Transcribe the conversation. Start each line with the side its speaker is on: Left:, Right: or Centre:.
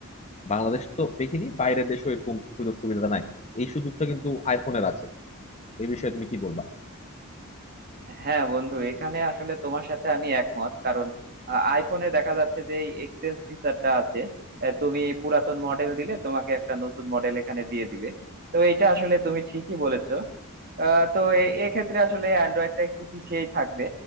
Left: বাংলাদেশ তো দেখিনি বাইরের দেশেও এরকম সুযোগ সুবিধা নাই এই সুযোগটা কিন্তু আইফোনের আছে এই বিষয়ে তুমি কি বলবা
Right: হ্যাঁ বন্ধু এখানে আসলে তোমার সাথে আমি একমত কারণ আ- আইফোনে দেখা যাচ্ছে যে এই এক্সচেঞ্জ ফিচারটা আছে এ, তুমি পুরাতন মডেল দিলে তোমাকে একটা নতুন মডেল এখানে দিয়ে দিবে তো এটা আসলে তুমি ঠিকই বলেছো আহ, তো এ- এক্ষেত্রে আসলে অ্যান্ড্রয়েডটা একটু পিছিয়েই থাকবে